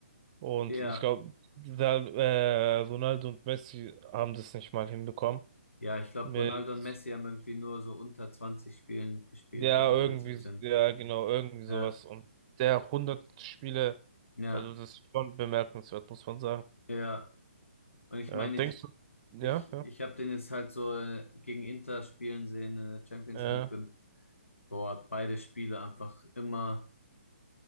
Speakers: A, on the right; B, on the left.
A: Und
B: Ja,
A: ich glaube, da, äh, Ronaldo und Messi haben das nicht mal hinbekommen.
B: ja, ich glaube,
A: Mit,
B: Ronaldo und Messi haben irgendwie nur so unter 20 Spielen gespielt
A: ja,
B: oder so
A: irgendwie,
B: mit 17.
A: ja, genau, irgendwie sowas.
B: Ja,
A: Und der hundert Spiele,
B: ja,
A: also das ist schon bemerkenswert, muss man sagen.
B: ja. Und ich
A: Ja,
B: meine,
A: denkst
B: ich,
A: du, ja,
B: ich,
A: ja,
B: ich habe den jetzt halt so äh, gegen Inter spielen sehen in der Champions
A: äh,
B: League und boah, beide Spiele einfach immer.